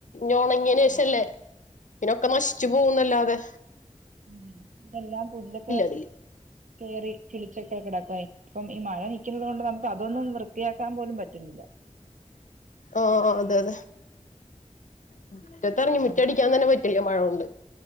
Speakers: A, on the left; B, on the right.
A: നൊണങ്ങേനേഷല്ലേ
B: ആഹ് അതെ
A: പിന്നൊക്കെ നശിച്ചു
B: അതെ
A: പോവുന്നല്ലാതെ.
B: ഉം എല്ലാം പുല്ലൊക്കെ
A: അതില്
B: കേറി കിളിച്ചൊക്കെ കിടക്കൊയ് ഇപ്പം ഈ മഴ നിക്കുന്നോണ്ട് നമുക്ക് അതൊന്നും വൃത്തിയാക്കാൻ പോലും പറ്റ്ന്ന്ല്ല.
A: ആഹ് അതെ അതെ മുറ്റത്തിറങ്ങി
B: അങ്ങനെ
A: മുറ്റടിക്കാൻ തന്നെ പറ്റില്ല മഴകൊണ്ട്.